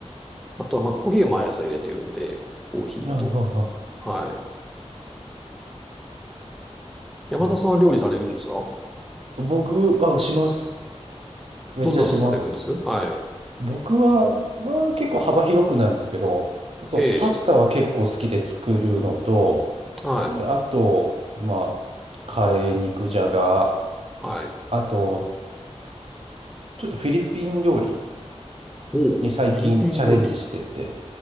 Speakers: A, in the centre; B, on the right.
A: あとは、まあ、コーヒーを毎朝入れてるんで、コーヒーと。
B: ああ、あ
A: はい。
B: すごい。
A: 山田さんは料理されるんですか
B: 僕、あ、します。めっちゃします。
A: どんなのされるんですはい。
B: 僕は、まあ、結構幅広くなんですけど、そう、
A: ええ、
B: パスタは結構好きで作るのと、
A: はい。
B: で、あと、まあ、カレー、肉じゃが、
A: はい。
B: あと、ちょっとフィリピン料理。
A: おうフィリピン料理。
B: に最近チャレンジしてて。